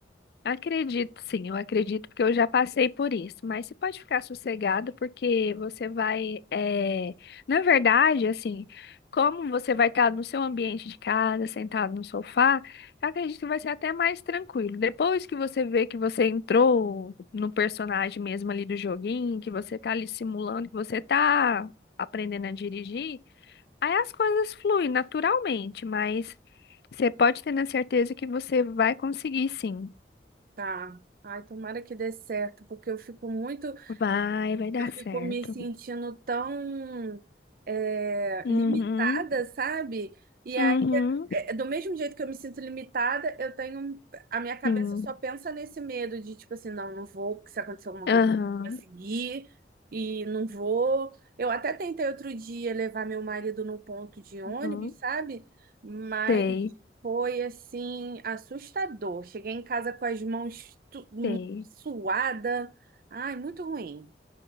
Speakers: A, on the left; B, on the right.
A: acredito sim, eu acredito porque eu já passei por isso, mas você pode ficar sossegado porque você vai, é, na verdade, assim, como você vai estar no seu ambiente de casa, sentado no sofá, eu acredito que vai ser até mais tranquilo. Depois que você vê que você entrou no personagem mesmo ali do joguinho, que você tá ali simulando, que você tá aprendendo a dirigir, Aí as coisas fluem naturalmente, mas você pode ter na certeza que você vai conseguir, sim.
B: Tá. Ai, tomara que dê certo, porque eu fico muito
A: Vai, vai dar
B: Eu fico
A: certo.
B: me sentindo tão é,
A: Uhum,
B: limitada, sabe? E aí,
A: uhum,
B: é, do mesmo jeito que eu me sinto limitada, eu tenho. A minha cabeça
A: sim.
B: só pensa nesse medo de, tipo assim, não, não vou, porque se acontecer alguma
A: Aham,
B: coisa, eu vou seguir, e não vou. Eu até tentei outro dia levar meu marido no ponto de ônibus,
A: uhum.
B: sabe? Mas
A: Sei,
B: foi, assim, assustador. Cheguei em casa com as mãos tu-
A: sei,
B: suada. Ai, muito ruim.